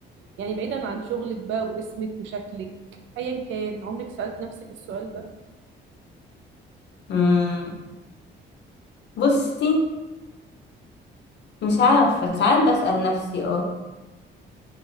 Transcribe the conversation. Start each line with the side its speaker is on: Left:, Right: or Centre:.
Right: يعني بعيدا عن شغلك بقى واسمك وشكلك ايا كان عمرك سالت نفسك السؤال ده
Left: مم. بصي مش عارفة ساعات بسأل نفسي اه